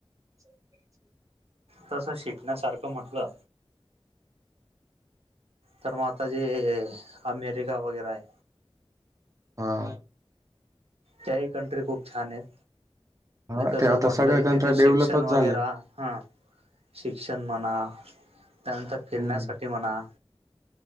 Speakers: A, on the right; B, on the right.
A: <inaudible>
B: तसं शिकण्यासारखं म्हटलं. तर मग आता जे, अमेरिका वगैरे आहे.
A: हा.
B: त्याही कंट्री खूप छान आहेत.
A: हा
B: तस
A: ते आता
B: म्हटलं,
A: सगळ्या
B: कि
A: कंट्र्या
B: तिथे
A: डेव्हलपच
B: शिक्षण वगैरे
A: झालंय
B: हा शिक्षण म्हणा, त्यानंतर फिरण्यासाठी
A: हम्म
B: म्हणा.